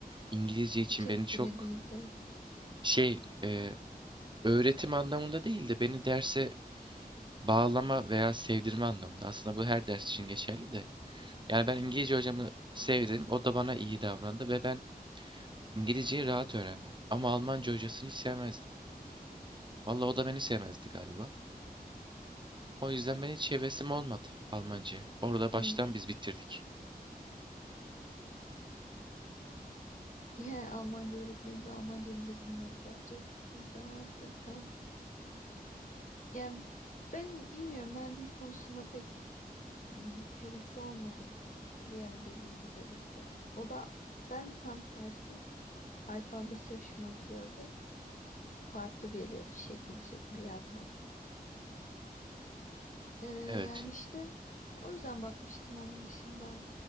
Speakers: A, on the right (about 30°); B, on the left (about 55°).
A: İngilizce için
B: Hiç etkili
A: beni çok
B: değildi.
A: şey e, öğretim anlamında değil de beni derse bağlama veya sevdirme anlamında. Aslında bu her ders için geçerli de. Yani ben İngilizce hocamı sevdim. O da bana iyi davrandı ve ben İngilizceyi rahat öğrendim. Ama Almanca hocasını hiç sevmezdim. Vallahi o da beni sevmezdi galiba. O yüzden benim hiç hevesim olmadı Almanca'ya. Orada baştan
B: Yani,
A: biz bitirdik.
B: <laughs> yani Almanca öğretmenimiz Almanca bile bilmiyordu bence. Bizde vardı da bir tane. Yani ben bilmiyorum ben dil konusunda pek ım, hevesli olmadım. İşte bir ara dediğim gibi Rusça. O da ben de tam tersi alfabesi hoşuma gidiyordu. Farklı geliyordu şekil şekil yazmak. Ee,
A: Evet.
B: yani işte o yüzden bakmıştım onun dışında